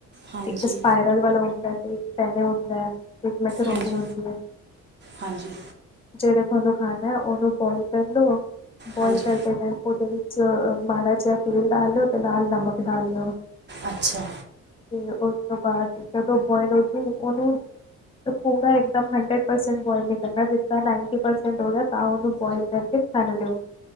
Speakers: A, on the right (about 35°); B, on the left (about 20°).
A: ਹਾਂਜੀ
B: ਇੱਕ ਸਪਾਇਰਲ ਵਾਲਾ ਹੁੰਦਾ ਹੈ ਤੇ ਇੱਕ ਪੈਨੇ ਹੁੰਦਾ ਹੈ ਇੱਕ ਮੈਕਰੋਨੀ
A: ਹਾਂਜੀ
B: ਆਉਦੀ ਹੈ।
A: ਹਾਂਜੀ
B: ਜਿਹੜਾ ਤੁਹਾਨੂੰ ਖਾਣਾ ਹੈ ਉਹਨੂੰ ਬੁਇਲ ਕਰ ਲਓ ਬੁਇਲ
A: ਹਾਂਜੀ
B: ਕਰਦੇ ਟਮ ਉਹਦੇ ਵਿੱਚ ਮਾੜਾ ਜਿਹਾ ਤੇਲ ਡਾਲ ਲਿਓ ਅਤੇ ਨਾਲ ਨਮਕ ਡਾਲ ਲਿਓ
A: ਅੱਛਾ।
B: ਤੇ ਉਸ ਤੋਂ ਬਾਅਦ ਜਦੋਂ ਬੋਇਲ ਹੋਜੇ ਉਹਨੂੰ ਪੂਰਾ ਇੱਕਦਮ ਹੰਡਰੇਡ ਪਰਸੈਂਟ ਬੋਇਲ ਨ ਕਰਨਾ ਜਿੱਣਾ ਨਾਈਨਟੀ ਪਰਸੈਂਟ ਹੋ ਗਿਆ ਤਾਂ ਉਹਨੂੰ ਬੁਆਇਲ ਕਰਕੇ ਛਣ ਲਿਓ